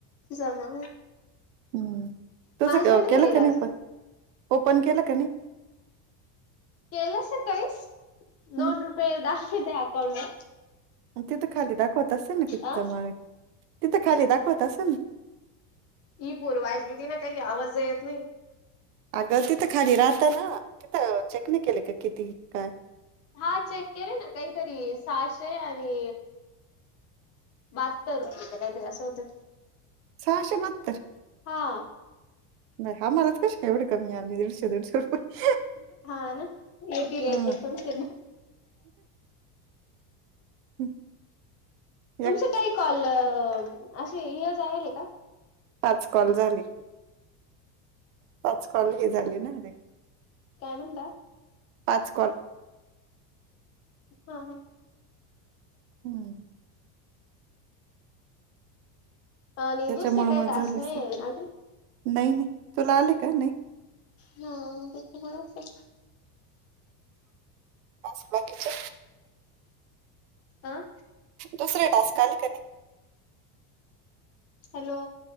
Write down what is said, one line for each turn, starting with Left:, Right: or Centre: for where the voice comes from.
Left: जमा
Right: हम् तस
Left: माझे
Right: केला
Left: नाही येईल
Right: खनी
Left: अजून
Right: पण ओपन केला का नाही
Left: केलस काळीस दोन
Right: हम्म
Left: रुपये दाख त्या अकाउंटवर
Right: तिथं खाली दाखवत असेल ना कितीच्यामाळ
Left: अ
Right: तिथं खाली दाखवत असेल ना
Left: ई पूर्व अजबती ना काही आवाज येत नाही
Right: अगं तिथं खाली राहत ना तिथं चेक नाही केले का किती काय
Left: हा चेक केले ना काहीतरी सहाशे आणि बात तर काहीतरी असं होतं
Right: सहाशे बतर
Left: हा
Right: नाही आम्हालाच कश का एवढे कमी आली दीडशे दीडशे रुपये
Left: हा ना येतील येतील
Right: हा.
Left: पण सि
Right: हम्
Left: तुमचे काही कॉल असे इज आहेल का
Right: पाच कॉल झाली पाच कॉल ह झाली ना अे
Left: काय म्हता
Right: पाचको
Left: हा हा
Right: हम्म
Left: आणि
Right: त्याच्यामुळे
Left: दुसरे काही
Right: मग
Left: तास
Right: झाले
Left: नाही
Right: असेल
Left: अगदी
Right: नाही नाही तुला आले का नाही
Left: हा मज तुम्हाला असं
Right: बाकी च
Left: अह
Right: दुसरे टास्क आल कने
Left: हॅलो